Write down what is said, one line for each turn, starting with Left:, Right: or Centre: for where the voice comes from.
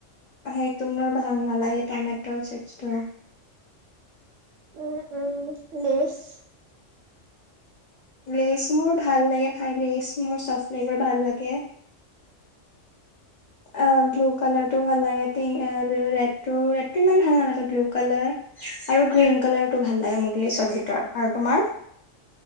Left: সেইটো মোৰ ভাল নালাগে টমেটো চিপছটো।
Right: উ' উ লেই'ছ্।
Left: লেইচ্ মোৰ ভাল লাগে খাই, লেই'চ্ মোৰ চফ ফ্লেভাৰ ভাল লাগে।
Right: <unintelligible>
Left: অ, ' ব্লু কালাৰ টো ভাল লাগে, পিংক- ৰেড টো ৰেড টো ইমান ভাল নালাগে ব্লু কালাৰ - আৰু গ্ৰীণ কালাৰটো ভাল লাগে মোক লেই'ছৰ ভিতৰত, আৰু তোমাৰ?